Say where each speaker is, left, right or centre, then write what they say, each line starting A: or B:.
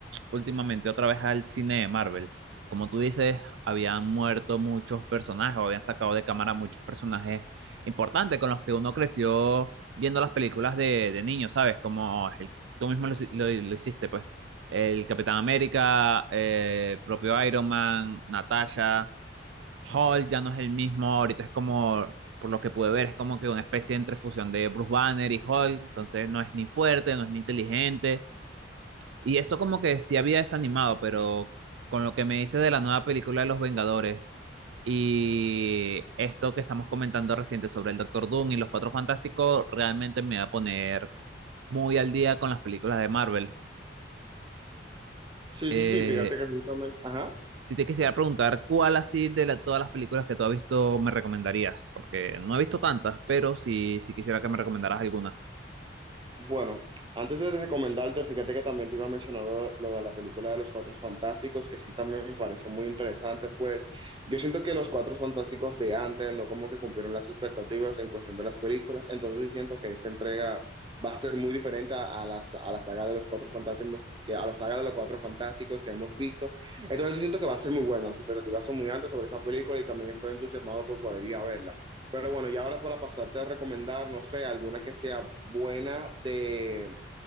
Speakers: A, on the right; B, on the right.
A: últimamente otra vez al cine de Marvel. Como tú dices, habían muerto muchos personajes o habían sacado de cámara muchos personajes importantes con los que uno creció viendo las películas de, de niño, ¿sabes? Como el- tú mismo lo, hici- lo- lo hiciste, pues. El Capitán América, eh, propio Iron Man, Natasha, Hulk ya no es el mismo, ahorita es como, por lo que pude ver, es como que una especie entre fusión de Bruce Banner y Hulk, entonces no es ni fuerte, no es ni inteligente y eso como que sí había desanimado, pero con lo que me dices de la nueva película de Los Vengadores y esto que estamos comentando reciente sobre el Doctor Doom y los Cuatro Fantásticos, realmente me va a poner muy al día con las películas de Marvel.
B: Sí,
A: Eh,
B: sí, sí, fíjate que justamente, ajá.
A: si te quisiera preguntar, ¿cuál así de la- todas las películas que tú has visto me recomendarías? Porque no he visto tantas, pero sí, sí quisiera que me recomendaras alguna
B: Bueno, antes de recomendarte, fíjate que también te iba a mencionar lo, de lo de la película de los Cuatro Fantásticos, que sí también me parece muy interesante, pues yo siento que los Cuatro Fantásticos de antes no como que cumplieron las expectativas en cuestión de las películas, entonces sí siento que esta entrega va a ser muy diferente a, a las, a la saga de los Cuatro Fantásticos, que a la saga de los Cuatro Fantásticos que hemos visto, entonces sí siento que va a ser muy buena, las expectativas son muy altas sobre esa película y también estoy entusiasmado por poder ir a verla. Pero bueno, y ahora para pasarte a recomendar, no sé, alguna que sea buena de,